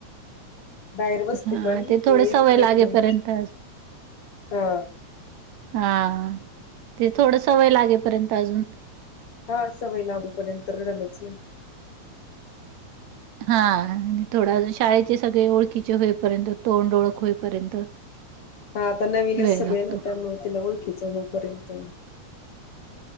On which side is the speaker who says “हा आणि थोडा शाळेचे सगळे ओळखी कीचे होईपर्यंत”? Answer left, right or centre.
Right